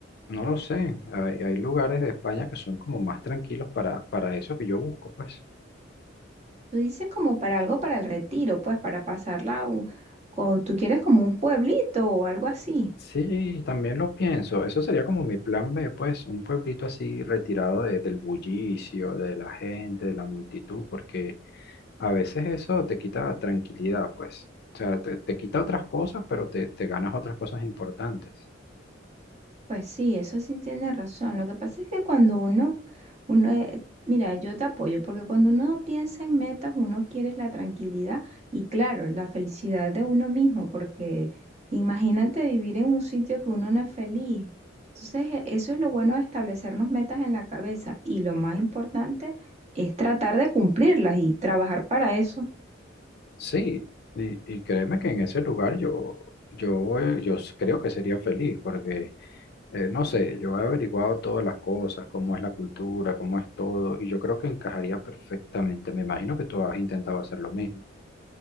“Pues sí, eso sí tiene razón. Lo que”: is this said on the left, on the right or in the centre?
Right